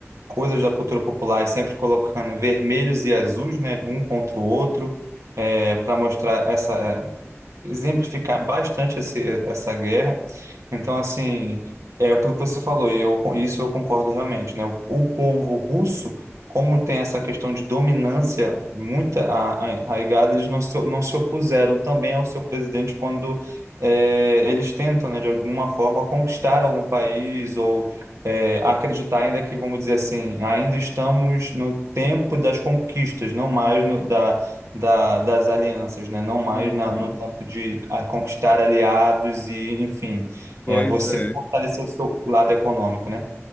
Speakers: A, on the right; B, on the left.
A: coisas da cultura popular, e sempre colocando vermelhos e azuis, né, um contra o outro, é, para mostrar essa é, exemplificar bastante esse, essa guerra. Então, assim, é aquilo que você falou, e eu, con- isso eu concordo realmente, né? O, o povo russo, como tem essa questão de dominância muito a- a- arraigada, eles não se, não se opuseram também ao seu presidente quando eh, eles tentam, né, de alguma forma, conquistar algum país ou eh, acreditar ainda que, vamos dizer assim, ainda estamos no tempo das conquistas, não mais no, da, das alianças, né? Não mais
B: uhum.
A: na, no tempo de a conquistar aliados e, enfim,
B: Pois
A: é, você
B: é,
A: fortalecer o seu lado econômico, né?